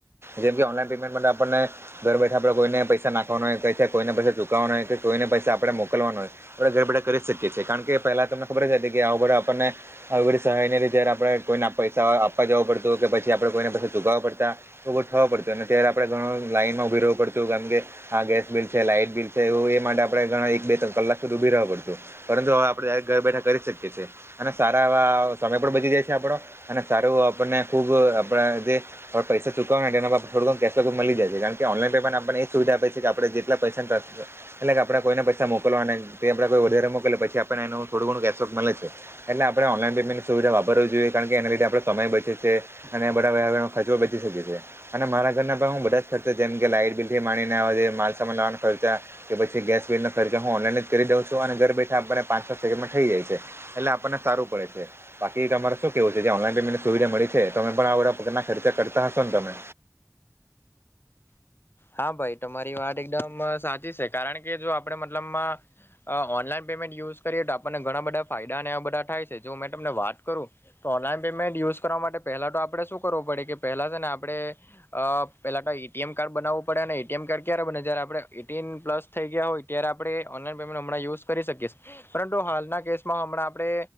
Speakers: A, on the right; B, on the left.
A: જેમ કે ઓનલાઈન પેમેન્ટ માટે આપણને ઘર બેઠા આપે કોઈને પૈસા નાખવા હોય કોઈને પૈસા ચુકવવાનો હોય તો કોઈને પૈસા આપણે મોકલવાના હોય આપણે ઘર બેઠા કરી શકીએ છીએ. કારણ કે પહેલાં તમને ખબર જ હતી કે આવું બધું આપણને આવી બધી સહાયને લીધે જયારે આપડે કોઈને પૈસા આપવા જવું પડતું હો કે પછી જે આપણે કોઈને પસી ચુકાવવા પડતાં તો બહુ થવું પડતું અને ત્યારે આપણે ઘણું લાઈનમાં ઉભી રહેવું પડતું કારણ કે ગેસ બિલ છે, લાઈટ બિલ છે એવુ એ માટે આપણે ઘણા એક બે ત્રણ કલાક સુધી ઉભી રહેવા પડતું પરંતુ હવે આપણે ડાયરેક્ટ ઘરે બેઠા કરી શકીએ છીએ અને સારા એવા સમય પણ બચી જાય છે આપણો અને સારું આપણને ખુબ આપણે જે પૈસા ચૂકવાના એ કેશ મળી જાય છે કારણ કે ઓનલાઈન પેમેન્ટ આપને સુવિધા છે કે આપડે જેટલા પૈસા એટલે આપણે કોઈને પૈસા મોકલવા તે અને આપણ ને કોઈ વધારે મોકે પછી આપડે એનુ થોડું ઘણું મલે છે એટલે આપણે ઓનલાઇન પેમેન્ટની સુવિધા વાપરવી જોઈએ, કારણ કે એના લીધે આપણે સમય બચે છે. અને એ બધા વ્યવહનો ખર્ચો બચી શકે છે અને મારા ઘરના પણ હું બધા જ ખર્ચો જેમ કે લાઈટ બિલથી માણીને આવા જે માલસામાન લેવાના ખર્ચા કે પછી ગેસ બિલ ના ખર્ચા હું ઓનલાઈન જ કરી દઉ છું અને ઘર બેઠા આપને પાચ છ સેકન્ડમાં થઈ જાય છે. એટલે આપણને સારું પડે છે. બાકી તમારે શું કેવું છે જે ઓનલાઈન પેમેન્ટની સુવિધા મળી છે તમે પણ આ બધા પોતાના ખર્ચા કરતા હશો ને તમે.
B: હા ભાઈ તમારી વાત એકદમ સાચી છે કારણ કે જો આપણે મતલબમાં અ ઓનલાઈન પેમેન્ટ યુઝ કરીએ તો આપણને ઘણા બધા ફાયદા અને બધા થાય છે જો મેં તમને વાત કરું તો ઓનલાઈન પેમેન્ટ યુઝ કરવા માટે પહેલા તો આપણે શું કરવું પડે કે પહેલા છે ને આપણે અ પેલા તો ઈ એ ટી એમ કાર્ડ બનાવું. પડે અને એ ટી એમ કાર્ડ ક્યારે બને જય આપણે એટીન પલસ થઈ ગયા હોય ત્યારે આપણે ઓનલાઈન પેમેન્ટ હમણાં યુઝ કરી શકીએ. પરંતુ હાલના કેસમાં હમણાં આપણે